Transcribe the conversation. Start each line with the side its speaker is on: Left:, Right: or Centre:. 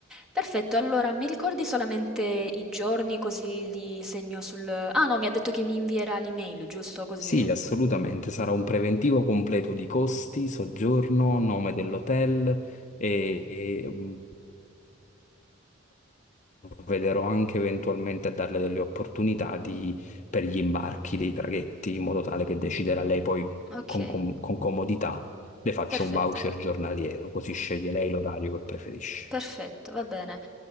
Centre: Perfetto, allora mi ricordi solamente i giorni così li segno sul... Ah no, mi ha detto che mi invierà l'email, giusto? Così.
Left: Sì, assolutamente, sarà un preventivo completo di costi, soggiorno, nome dell'hotel e... e, mm, provvederò anche eventualmente a darle delle opportunità di- per gli imbarchi dei traghetti, in modo tale che deciderà lei poi
Centre: Ok,
Left: con, com- con comodità. Le faccio
Centre: perfetto.
Left: un voucher giornaliero, così sceglie lei l'orario che preferisce.
Centre: Perfetto, va bene.